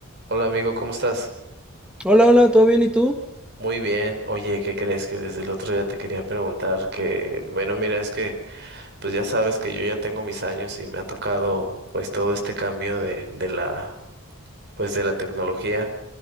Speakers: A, on the right (about 50°); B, in the centre.
A: Hola amigo, ¿cómo estás?
B: Hola, hola, ¿todo bien? ¿Y tú?
A: Muy bien. Oye, ¿qué crees que desde el otro día te quería preguntar? Que, bueno, mira, es que pues ya sabes que yo ya tengo mis años y me ha tocado pues todo este cambio de, de la pues de la tecnología.